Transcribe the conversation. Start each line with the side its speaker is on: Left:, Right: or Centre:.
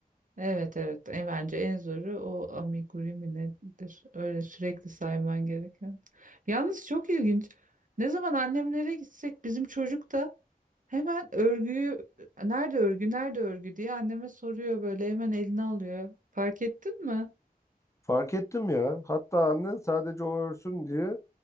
Right: Evet evet en, bence en zoru o amigurumi mi nedir? Öyle sürekli sayman gereken. Yalnız çok ilginç. Ne zaman annemlere gitsek bizim çocuk da hemen örgüyü nerede örgü nerede örgü diye anneme soruyor böyle hemen eline alıyor. Fark ettin mi?
Left: Fark ettim ya. Hatta anne sadece o örsün diye